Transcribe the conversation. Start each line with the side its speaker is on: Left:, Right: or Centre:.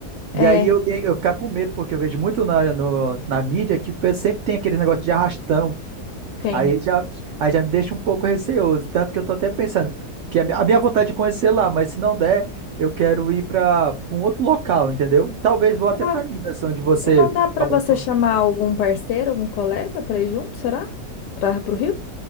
Right: E
Left: É,
Right: aí eu, eu ficar com medo, porque eu vejo muito na, no- na mídia que o pessoal sempre tem aquele negócio de arrastão.
Left: tem.
Right: Aí já, aí já me deixa um pouco receoso. Tanto que eu tô até pensando que a, mi- a minha vontade de conhecer lá, mas se não der, eu quero ir para um outro local, entendeu? Talvez vou até
Left: Ah,
Right: para Minas, onde você
Left: E não dá pra
Right: acabou
Left: você
Right: de falar.
Left: chamar algum parceiro, algum colega pra ir junto, será? Para pro Rio?